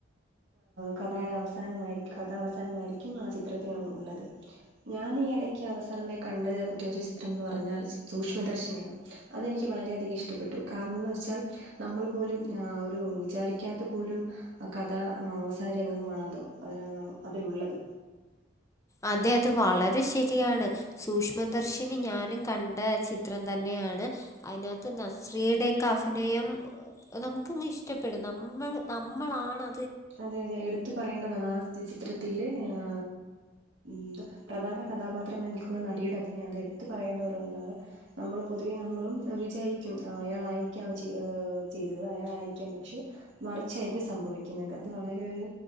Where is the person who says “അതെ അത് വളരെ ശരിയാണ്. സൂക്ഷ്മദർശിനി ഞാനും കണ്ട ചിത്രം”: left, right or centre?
Left